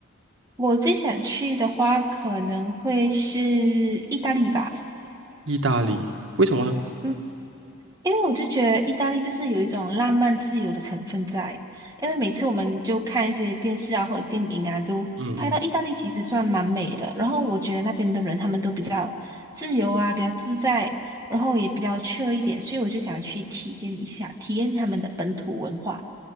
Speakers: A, on the right (about 15°); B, on the right (about 60°).
A: 我最想去的话可能会是意大利吧。
B: 意大利，为什么呢？
A: 嗯。因为我就觉得意大利就是有一种浪漫自由的成分在，因为每次我们就看一些电视啊或者电影啊，就拍到意大利其实算蛮美的。
B: 嗯嗯，
A: 然后我觉得那边的人他们都比较自由啊，比较自在，然后也比较 c 一点，所以我就想去体验一下，体验他们的本土文化。